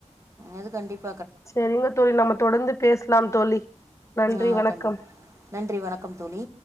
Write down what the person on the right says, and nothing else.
அது கண்டிப்ப
ஆ,
கண்டி நன்றி வணக்கம் தோழி